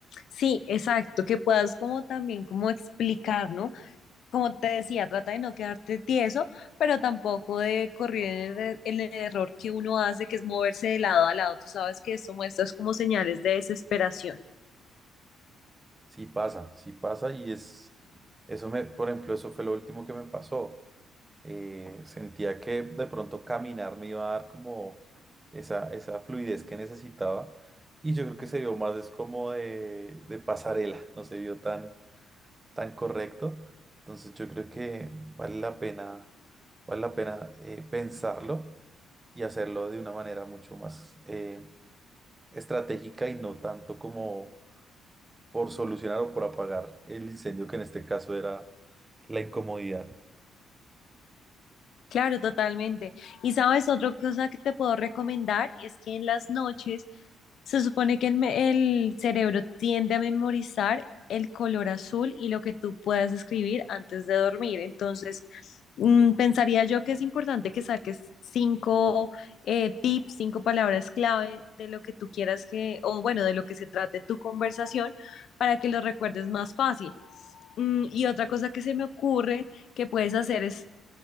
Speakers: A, on the left; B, on the right.
A: Sí, exacto, que puedas como también como explicar, ¿no? Como te decía, trata de no quedarte tieso, pero tampoco de correr en el, er-, en el error que uno hace, que es moverse de lado a lado. Tú sabes que esto muestras como señales de desesperación.
B: Sí pasa, sí pasa y es, eso me, por ejemplo, eso fue lo último que me pasó. Eh, sentía que de pronto caminar me iba a dar como esa, esa fluidez que necesitaba y yo creo que se vio más es como de, de pasarela, no se vio tan tan correcto. Entonces yo creo que vale la pena, vale la pena eh, pensarlo y hacerlo de una manera mucho más eh, estratégica y no tanto como por solucionar o por apagar el incendio, que en este caso era la incomodidad.
A: Claro, totalmente. Y sabes, otra cosa que te puedo recomendar es que en las noches se supone que el, me- el cerebro tiende a memorizar el color azul y lo que tú puedas escribir antes de dormir. Entonces, mm, pensaría yo que es importante que saques cinco eh, tips, cinco palabras clave de lo que tú quieras que, o bueno, de lo que se trate tu conversación para que lo recuerdes más fácil. Mm, y otra cosa que se me ocurre que puedes hacer es